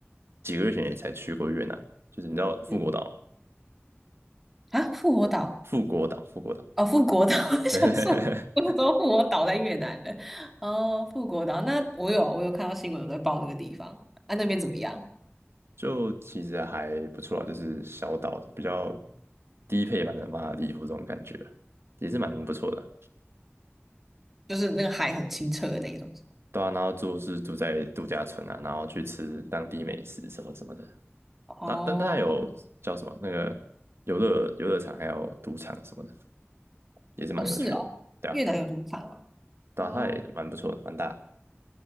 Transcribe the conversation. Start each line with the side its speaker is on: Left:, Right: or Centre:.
Right: 几个月前也才去过越南，就是你知道富国岛吗
Centre: 嗯，啊，复活岛。
Right: 富国岛，富国岛，
Centre: 哦，富国岛，<laughs> 我想说，
Right: <laughs>
Centre: 我想说富国岛在越南了。哦，富国岛，那我有我有看到新闻有在报那个地方，啊，那边怎么样？
Right: 就其实还不错啊，就是小岛的比较低配版的马尔代夫这种感觉，也是蛮不错的。
Centre: 就是那个海很清澈的那种。
Right: 对啊，然后住是住在度假村啊，然后去吃当地美食什么什么的。
Centre: 哦，
Right: 那但大还有叫什么那个游乐游乐场，还有赌场什么的，也是蛮有趣的。
Centre: 哦，是哦，
Right: 对啊，
Centre: 越南有赌场
Right: 对啊，
Centre: 哦。哦
Right: 它也蛮不错的，蛮大的